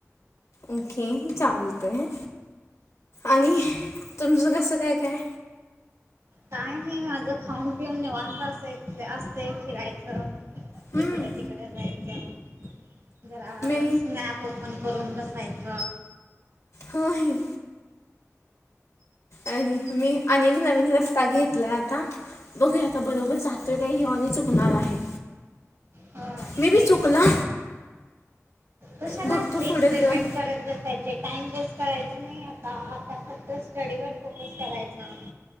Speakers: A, on the left; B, on the right.
A: ओके चालतंय आहे आणि तुमचं कसं काय काय?
B: काय नाही माझं खाऊन पिऊन निेवांत अस असते फिरायचं.
A: हं,
B: इकडं तिकडं तिकड जायच. जरा
A: मी
B: स्नॅप ओपन करून बसायच.
A: होय आणि मी आणिक नवीन रस्ता घेतला आता बघू आता बरोबर जातोय का? ह्यो येन चुकणार आहे.
B: होय
A: मी बी चुकला.
B: कशाला
A: बघतो
B: असली एक्सपेरिमेंट
A: पुढे जाऊन
B: करत बसायच. ते टाइम वेस्ट करायच नाही आता आता फक्त स्टडीवर फोकस करायचा.